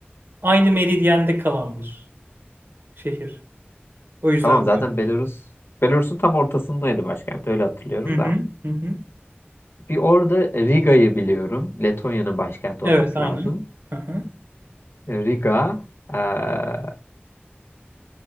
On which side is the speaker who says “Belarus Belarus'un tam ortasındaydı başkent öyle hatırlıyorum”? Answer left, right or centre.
Left